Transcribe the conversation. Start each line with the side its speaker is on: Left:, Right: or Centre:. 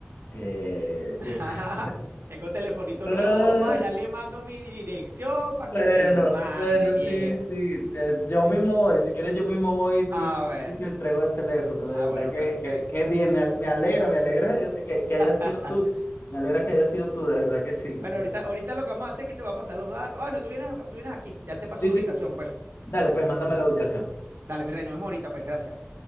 Left: que
Right: <laughs>
Left: yo. <laughs>
Right: Tengo telefonito
Left: Ah,
Right: nuevo, papá, papá, ya le mando mi dirección para
Left: bueno,
Right: que me lo mande
Left: bueno,
Right: bien.
Left: sí, sí. eh, yo mismo voy, si quieres, yo mismo voy
Right: Ah,
Left: y,
Right: bueno.
Left: y te entrego el teléfono. De
Right: Ah,
Left: verdad
Right: bueno,
Left: que,
Right: perfecto.
Left: que, que bien, me, al- me alegra, me alegra de que, que haya
Right: <laughs>
Left: sido tú. Me alegra que haya sido tú, de verdad que sí.
Right: Bueno,
Left: Por-
Right: ahorita, ahorita lo que vamos a hacer es que te voy a pasar los datos. Ah, no, tú vienes, tú vienes aquí. Ya te paso
Left: Sí,
Right: la
Left: sí.
Right: ubicación, pues.
Left: Dale, pues mándame la ubicación.
Right: Dale, mi rey, nos vemos ahorita, pues, gracias.